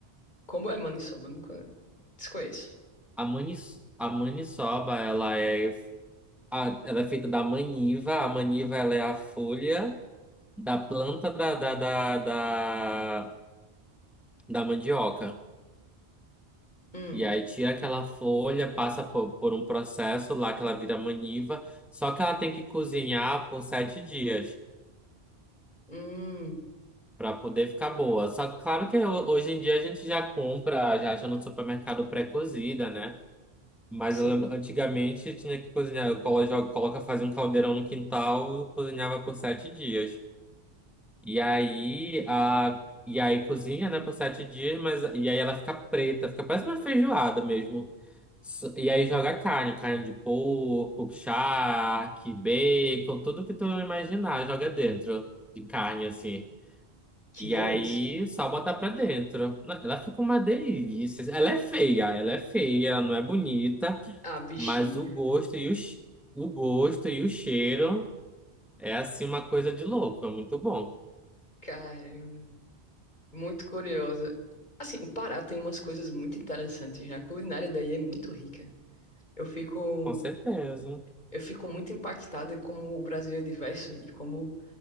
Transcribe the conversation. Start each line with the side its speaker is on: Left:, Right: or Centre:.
Left: como é maniçoba? Eu Nunca desconheço.
Centre: A manis, a maniçoba, ela é A- ela é feita da maniva. A maniva ela é a folha da planta da, da, da, da, da mandioca.
Left: Hum,
Centre: E aí tira aquela folha, passa por, por um processo lá que ela vira maniva. Só que ela tem que cozinhar por sete dias
Left: hum,
Centre: para poder ficar boa. Só que claro que ho- hoje em dia a gente já compra, já acha no supermercado pré-cozida, né? Mas
Left: sim.
Centre: eu lembro, antigamente tinha que cozinhar. Eu colo- jogo- Coloca, fazia um caldeirão no quintal, cozinhava por sete dias. E aí a e aí cozinha, né, por sete dias, mas e aí ela fica preta, fica parece uma feijoada mesmo. S- E aí joga carne, carne de porco, charque, bacon, tudo que tu imaginar, joga dentro de carne assim.
Left: Que
Centre: E
Left: delícia.
Centre: aí só botar pra dentro. Ela fica uma delícia. Ela é feia, ela é feia, ela não é bonita,
Left: Ah, bichinha.
Centre: mas o gosto e o, che- o gosto e o cheiro é assim uma coisa de louco, é muito bom,
Left: Caramba. Muito curiosa. Assim, o Pará tem umas coisas muito interessantes, né? A culinária daí é muito rica. Eu fico,
Centre: com certeza.
Left: eu fico muito impactada como o Brasil é diverso e como,